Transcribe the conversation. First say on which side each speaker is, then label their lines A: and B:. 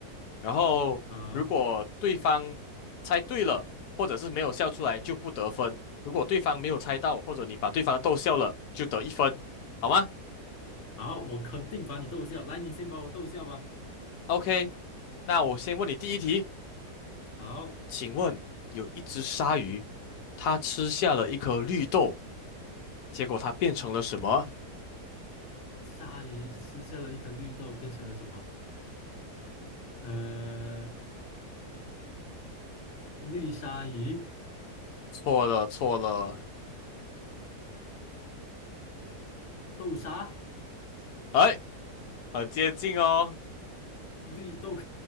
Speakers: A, on the left (about 80°); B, on the left (about 50°).
A: 然后如果对方猜对了，
B: 好，
A: 或者是没有笑出来，就不得分；如果对方没有猜到，或者你把对方逗笑了，就得一分，好吗
B: 好，我肯定把你逗笑。来，你先把我逗笑吧。
A: ？OK，那我先问你第一题，
B: 好，
A: 请问有一只鲨鱼，它吃下了一颗绿豆，结果它变成了什么？
B: 鲨鱼吃下了一颗绿豆，变成了什么？呃，绿鲨鱼，
A: 错了错了，
B: 豆沙，
A: 哎，很接近哦。
B: 绿豆，